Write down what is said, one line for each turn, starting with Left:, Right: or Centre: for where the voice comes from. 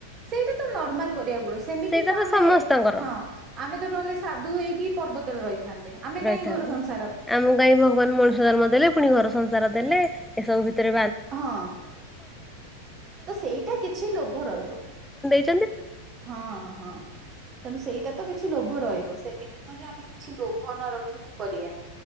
Right: ସେଇଟା ତ ନର୍ମାଲ କରିବାକୁ ଗୁଡ ସେମିତି
Centre: ସେଇଟା
Right: ତ ଆମେ
Centre: ସମସ୍ତଙ୍କର
Right: ହଁ ଆମେ ତ ନହେଲେ ସାଧୁ ହେଇକି ପର୍ବତରେ ରହିଥାନ୍ ନ୍ତେ। ଆମେ
Centre: ରହିଥାନ୍ତା।
Right: କାହିଁ ଘର ସଂସ
Centre: ଆମକୁ କାହିଁକ ଭଗବାନ ମଣିଷ ଜନ୍ମ ଦେଲେ ପୁଣି ଘର ସଂସାର ଦେଲେ ଏସବୁ ଭିତ୍
Right: ହଁ ତ ସେଇଟା କିଛି ଲୋଭ ରହିବ
Centre: <unintelligible>
Right: ହଁ ହଁ ତେଣୁ ସେଇଟା ତ କି ଛି ଲୋଭ ରହିବ ସେମିତି ନୁହେଁ ଯେ ଆମେ କିଛି ଲୋଭ ନ ରଖିକି କରିଆ।